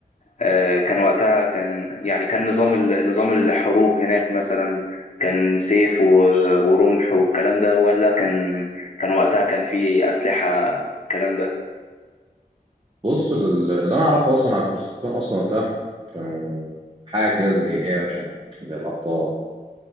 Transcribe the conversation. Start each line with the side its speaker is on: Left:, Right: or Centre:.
Left: آه، كان وقتها كان يعني كان نظام ال- نظام الحروب هناك مثلا كان سيف و- ورمح والكلام ده ولا كان كان وقتها كان في أسلحة الكلام ده
Right: بص لل- اللي أنا أعرفه أصلا على الفرسان أصلا وقتها كانوا حاجة كده زي إيه يا باشا زي الأبطال